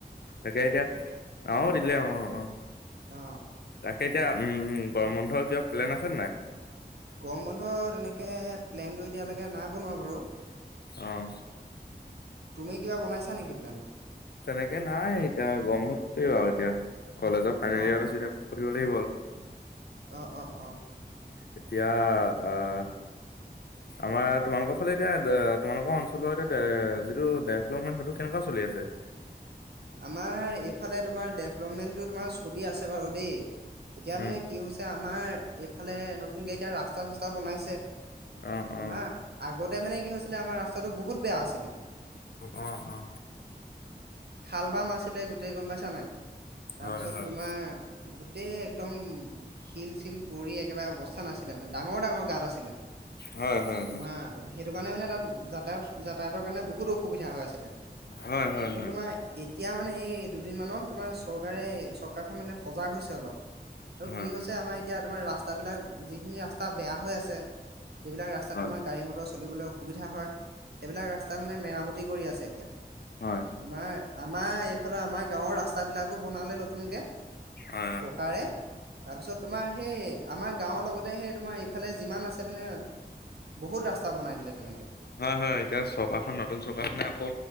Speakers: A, on the left; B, on the right.
A: তাকে এতিয়া আমাৰো দিলে অ', অ'।
B: অ
A: তাকে এতিয়া উম গৰম বন্ধৰ কিবা প্লেন আছেনে নাই?
B: গৰম বন্ধ তেনেকে প্লেনটো এতিয়ালৈকে নাই বনোৱা বাৰু।
A: অ
B: তুমি কিবা বনাইছা নেকি প্লেন?
A: তেনেকে নাই এতিয়া গৰম বন্ধ থ <unintelligible> আৰু এতিয়া কলেজৰ ফাইনেল
B: অ
A: ইয়েৰত আছো এতিয়া <unintelligible>
B: অ', অ', অ'।
A: এতিয়া আহ আমাৰ তোমালোকৰ ফালে এতিয়া তোমালোকৰ অঞ্চলৰ এতিয়া যিটো ডেভলপমেণ্ট সেইটো কেনেকুৱা চলিছে? ঠিক আছে।
B: আমাৰ এইফালে তোমাৰ ডেভলপমেণ্টটো তোমাৰ চলি আছে বাৰু দেই। এতিয়া
A: উম
B: মানে কি হৈছে আমাৰ এইফালে নতুন গাড়ী এতিয়া ৰাস্তা-চাস্তা বনাইছে।
A: অ',
B: তোমাৰ
A: অ'।
B: আগতে মানে কি হৈছিলে আমাৰ ৰাস্তাটো বহুত বেয়া আছিলে।
A: অহ অ'
B: খাল-বাম আছিলে গোটেই গম পাইছা নাই? তাৰপিছত
A: হয়, হয়,
B: তোমাৰ গোটেই একদম শিল-চিল পৰি একেবাৰে অৱস্থা নাছিলে মানে ডাঙৰ-ডাঙৰ গাঁত আছিলে।
A: হয়, হয়,
B: তোমাৰ সেইটো কাৰণে মানে যাতায়াত যাতায়তৰ কাৰণে বহুত অসুবিধা হৈ আছিলে।
A: হয়, হয়, হয়, হয়,
B: কিন্তু
A: হয়।
B: তোমাৰ এতিয়া মানে এই দুদিন মানত তোমাৰ চৰকাৰে চৰকাৰখন মানে সজাগ হৈছে অলপ। আৰু
A: হয়,
B: কি হৈছে
A: হয়,
B: আমাৰ এতিয়া তোমাৰ ৰাস্তা বিলাক যিখিনি ৰাস্তা ৰাস্তা বেয়া হৈ আছে যিবিলাক ৰাস্তাত
A: হয়,
B: তোমাৰ
A: হয়,
B: গাড়ী মটৰ চলিবলৈ অসুবিধা হয় সেইবিলাক ৰাস্তা মানে মেৰামতি কৰি আছে এতিয়া।
A: হয়।
B: তোমাৰ আমাৰ এইফালে আমাৰ গাঁৱৰ ৰাস্তাবিলাকো বনালে নতুনকে।
A: হয়,
B: পকাৰে তাৰপিছত তোমাৰ সেই আমাৰ গাঁৱৰ লগতে সেই তোমাৰ ফালে যিমান আছে মানে বহুত ৰাস্তা বনাই দিলে তেনেকে
A: হয় হয় এতিয়া চৰকাৰখন নতুন চৰকাৰখনে আকৌ